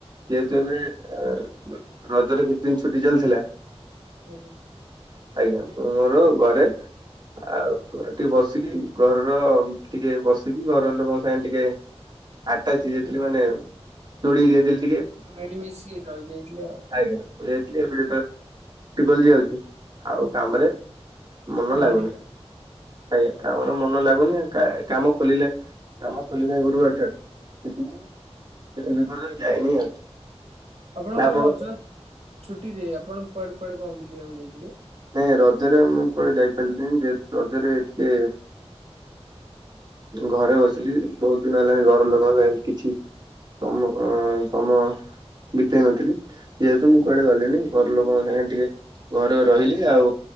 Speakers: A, on the right (about 40°); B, on the right (about 85°).
A: ଯେହେତୁ ଏବେ ରଜରେ କିଛି ଦିନ ଛୁଟି ଚାଲିଥିଲା ।
B: ଆଜ୍ଞା।
A: ଆଜ୍ଞା ମୋର ଘରେ ଆଉ ଟିକେ ବସିକି ଘରର ଟିକେ ବସିକି ଘର ଲୋକଙ୍କ ସାଙ୍ଗେ ଟିକେ ଆଟାଚ ହୋଇଯାଇଥିଲା। ଯାଇଥିଲି ମାନେ ଯୋଡିି ହୋଇଯାଇଥିଲି।
B: ମିଳିମିଶି ରହିଯାଇଥିଲେ ଆଉ।
A: ଆଜ୍ଞା ମୁଁ ଯାଇଥିଲି ଏବେ ଯେତେବେଳେ ଛୁଟି କଲି ଯାଉଛି ଆଉ କାମରେ ମନ
B: ବାହାରିବେ
A: ଲାଗୁନି
B: ଆଉ
A: ଆଜ୍ଞା
B: ହଉ
A: କାମରେ ମନ ଲାଗୁନି ଆଉ। କାମ ଖୋଲିଲେ- କାମ ଖୋଲିଲେ ଗୁରୁବାର ଠାରୁ କିନ୍ତୁ ବିପର୍ଯ୍ୟ ଯାଇନି ଆଉ <unintelligible>
B: ଆପଣଙ୍କ
A: ଆପଣ
B: ରଜ ଛୁଟିରେ ଆପଣ କୁଆଡେ କୁଆଡେ କଣ ବୁଲିବାକୁ ଯାଇଥିଲେ।
A: ନାଇଁ ରଜରେ ମୁଁ କୁଆଡ଼େ ଯାଇପାରିଲିନି ଯେହେତୁ ରଜରେ ଟିକେ ଘରେ ବସିିଲି ବହୁତ ଦିନ ହେଲାଣି ଘର ଲୋକଙ୍କ ସାଙ୍ଗ କିଛି ସମ ସମୟ ବିତେଇ ନଥିଲି ଯେହେତୁ ମୁଁ କୁଆଡ଼େ ଗଲିଣିି ଘର ଲୋକଙ୍କ ସାଙ୍ଗେ ଟିକେ ଘରେ ରହିଲି। ଆଉ